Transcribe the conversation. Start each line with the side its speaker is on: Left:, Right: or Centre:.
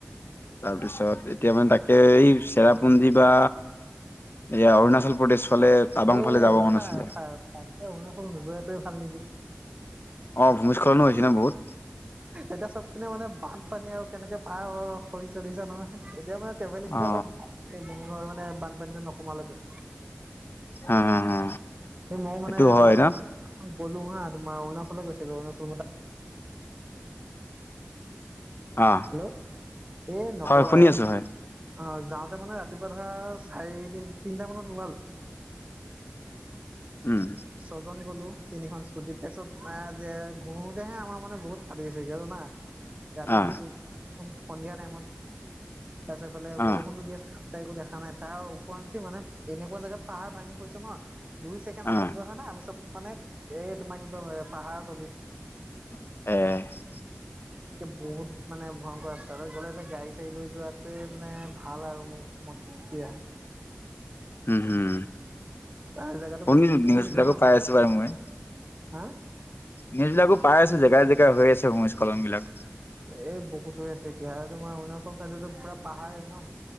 Left: তাৰ পিছত এতিয়া মানে তাকে এই চেৰাপুঞ্জী বা এয়া অৰুণাচল প্ৰদেশ ফালে টাবাং
Right: এই
Left: ফালে যাব
Right: ৰখা
Left: মন আছিলে
Right: ৰখা ৰখা এই অৰুণাচল নোযোৱাাতোৱে ভাল নেকি
Left: অ ভূমিস্খলনো হৈছে ন বহুত
Right: এতিয়া চবপিনে মানে বানপানী আৰু কেনেকে পায় সৰি চলিছো নহয় এতিয়া মানে ভেল
Left: অ
Right: অলপমিে মানে বানপানীটো নকমালকে
Left: হা হা হা
Right: ময় মানে
Left: এইটো হয়
Right: মাজত
Left: ন
Right: বলো হা তমাৰ অৰুাচলে কৈছেো অৰুণাচল ম
Left: অ
Right: হেল্ল' এ নকবা
Left: হয় শুনি আছো হয়
Right: অ যাওঁতে মানে ৰাতিপুৱা ধৰা চাৰিদিন তিনটা মানত লালো
Left: উম
Right: ছজন গলো তিনিখন স্কুট তাৰছত ঘুৰোতেহে আমাৰ মানে বহুত ফাটি গৈছেগে জানা ৰাতিতটো
Left: অ
Right: দু সন্ধিয়া টাইমত তাৰপিছত এইফালে
Left: অ
Right: বৰষুণটো দি আছে ত একো দেখা নাই তাৰ উপওৰঞ্চি মানে এনেকুৱা জোগাত পাহাৰ ভাঙি খৈছে ন দুই ছেকেণ্ড
Left: অ
Right: আগত যোৱা হয় ন আমি চব মানে এই তোমাৰ কি ক পাহাৰ তলিত
Left: উম
Right: এে বহুত মানে ভয়ংকৰ ৰাস্তা গ'লে গাড়ী চাড়ীৈ যোৱাোৱে মানে ভাল আৰু মোৰয় দিয়া।
Left: হম, হম।
Right: তাৰ জেগাতো
Left: শুনিছো
Right: বহুত ৰিক্সি
Left: নিউজ
Right: হৈ
Left: বিলাকো
Right: যায় ন
Left: পাই আছো বাৰে মই।
Right: হা
Left: নিজবিলাকো পাই আছো, জেগাই জেগাই হৈ আছে ভূমিস্খলন বিলাক।
Right: এই বহুত হৈ আছে এতিয়া তোমাৰ অৰুণাচল চাইডতো পুৰা পাহাৰ ন